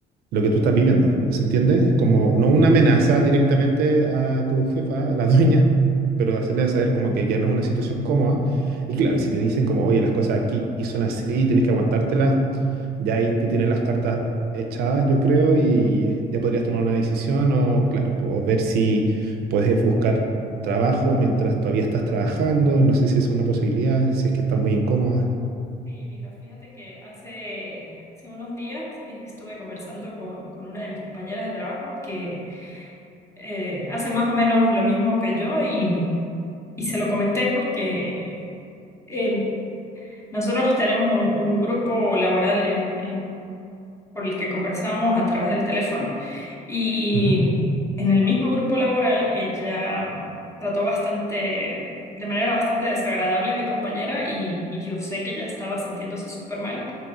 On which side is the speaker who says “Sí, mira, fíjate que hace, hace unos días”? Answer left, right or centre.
Left